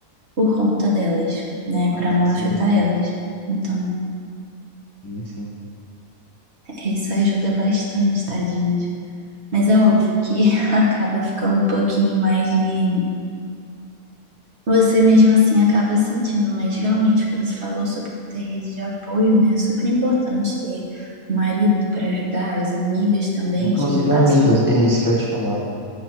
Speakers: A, on the right; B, on the left.
A: por conta delas, né?
B: Ah,
A: Para
B: tem
A: não
B: que ser.
A: afetar elas. Então,
B: Sim, sim.
A: isso ajuda bastante, tadinhas. Mas é óbvio que <laughs> acaba ficando um pouquinho mais de. Você mesmo assim acaba sentindo, mas realmente o que você falou sobre ter rede de apoio, né? É super importante ter o marido para ajudar, as amigas também
B: Inclusive
A: que passam.
B: amigas, é isso que eu ia te falar.